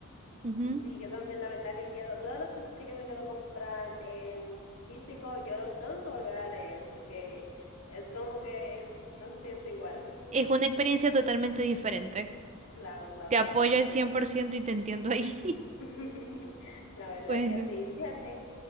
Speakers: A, on the right (about 30°); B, on the left (about 75°).
A: Ujú.
B: Y Sí, yo también, la verdad que quiero, todos los libros que yo me quiero comprar en físico, yo lo tengo que volver a leer porque es como que no se siente igual.
A: Es
B: <laughs>
A: una experiencia totalmente diferente.
B: Claro, claro,
A: Te apoyo
B: la verdad
A: al
B: que
A: cien por
B: sí.
A: ciento y te entiendo ahí.
B: <laughs>
A: <laughs>
B: La verdad
A: Bueno.
B: que sí. Fíjate